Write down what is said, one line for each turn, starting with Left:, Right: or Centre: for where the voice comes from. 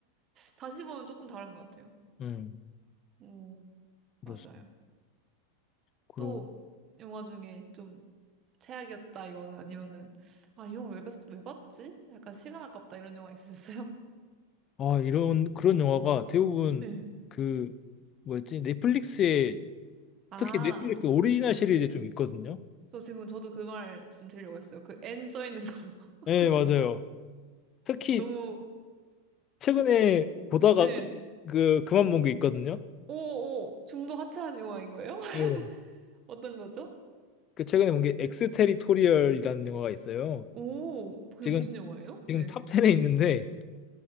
Right: 다시 보면 조금 다른 것 같아요.
Left: 음,
Right: 오,
Left: 그렇습니다.
Right: 맞아요.
Left: 그리고,
Right: 또 영화 중에 좀 최악이었다 이거는 아니면은 아, 이 영화 왜, 봤, 왜 봤지? 약간 시간 아깝다 이런 영화 있으셨어요?
Left: 아, 이런, 그런 영화가 대부분
Right: <laughs> 네.
Left: 그, 뭐였지? 넷플릭스에,
Right: 아,
Left: 특히 넷플릭스 오리지널 시리즈에 좀 있거든요.
Right: 저 지금 저도 그 말씀 드리려고 했어요. 그 N 써 있는 거 <laughs>
Left: 네, 맞아요. 특히
Right: 너무
Left: 최근에 보다가
Right: 예.
Left: 끝, 그, 그만 본 게 있거든요.
Right: 오오 중도 하차한 영화인 거예요? <laughs>
Left: 네.
Right: 어떤 거죠?
Left: 그 최근에 본 게 엑스테리토리얼이라는 영화가 있어요.
Right: 오, 그게
Left: 지금
Right: 무슨 영화예요?
Left: 지금
Right: 네.
Left: 탑 10에 있는데